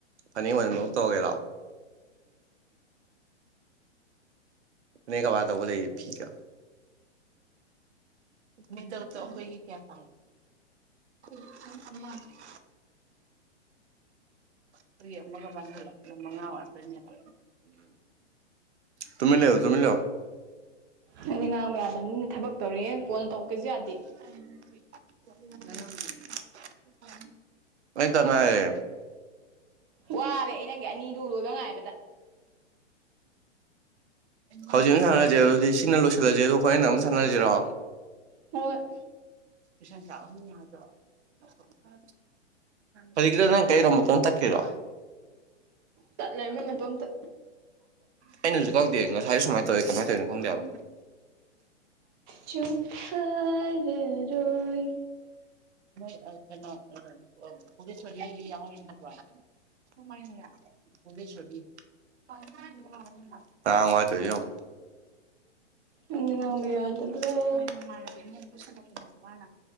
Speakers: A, on the right; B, on the right.
A: ꯐꯅꯦꯛ ꯑꯣꯏꯅ ꯃ ꯇꯧꯔꯒꯦꯔꯣ ꯅ ꯀꯋꯥ ꯇꯕꯨ ꯂꯩ ꯐ ꯃꯤꯇ ꯑꯩꯈꯣꯏꯒꯤ ꯀꯌꯥ ꯀꯥꯏ <unintelligible> ꯀꯔꯤ ꯑꯃꯒ <unintelligible> ꯃꯉꯥ ꯋꯥꯠꯇꯨꯏꯅꯦꯕ꯫ ꯇꯨꯃꯤꯟ ꯂꯩꯌꯨ ꯇꯨꯃꯤꯟ ꯂꯩꯌꯨ꯫
B: ꯅꯪꯗꯤ ꯉꯥꯡꯕ ꯌꯥꯗꯕꯅꯤꯅ ꯊꯕꯛ ꯇꯧꯔꯤꯑꯌꯦ ꯀꯣꯟꯅ ꯇꯧꯔꯛꯀꯦꯁꯨ ꯌꯥꯗꯦ꯫
A: <unintelligible> ꯑꯩꯇꯪꯉꯥꯏꯔꯦ
B: ꯋꯥꯔꯦ ꯑꯩ ꯅꯪꯒꯤ ꯑꯅꯤꯗꯨ ꯂꯣꯏꯕ ꯉꯥꯏꯕꯗ꯫
A: ꯍꯧꯖꯤꯛ ꯑꯃ ꯁꯥꯟꯅꯔꯁꯦ ꯑꯗꯨꯗꯤ ꯁꯤꯅ ꯂꯣꯏꯁꯤꯜꯂꯁꯦ ꯑꯗꯣ ꯍꫭꯔꫭꯟ ꯑꯃꯨꯛ ꯁꯥꯟꯅꯔꯁꯤꯔꯣ꯫
B: ꯍꫭꯠ
A: <unintelligible> <unintelligible> ꯍꯧꯖꯤꯛꯀꯤꯗꫭ ꯅꯪ ꯀꯩꯅꫭ ꯃꯇꫭꯝ ꯇꯥꯠ ꯈꯔꯤꯗꫭ꯫
B: ꯇꯠ ꯂꯩꯔꯝꯃꯦ ꯃꯇꯣꯝꯇ
A: ꯑꯩꯅꯁꯨ ꯀꯥꯀꯇꯦ ꯉꯁꯥꯏꯁꯨ ꯁꯨꯃꯥꯏꯅ ꯇꯧꯋꯤ ꯀꯃꯥꯏꯅ ꯇꯧꯋꯤꯅꯣ ꯈꯪꯗꯦꯕ꯫
B: ꯆꯨꯊꯔꯔꯣꯏ
A: ꯃꯣꯏ ꯀꯩꯅꯣ ꯑꯥ ꯄꯨꯂꯤꯁꯅ ꯌꯤꯏꯕ ꯌꯥꯎꯍꯧꯗꯔꯕꫭ꯫ <unintelligible> ꯍꯥ ꯋꯥꯇꯧꯔꯤꯁꯦ ꯌꯦꯡꯑꫭ꯫
B: ꯅꯪꯗꯤ
A: <unintelligible>
B: ꯉꯥꯡꯕ ꯌꯥꯗꯕ꯭ꯔꯣ
A: ꯃꫭꯏ ꯃꯃꯥꯟꯅꯕꯤ ꯑꯃ <unintelligible> ꯄꯨꯁꯤꯟ ꯂꯥꯛꯄꯔꫭ ꯃꯃꯥꯅ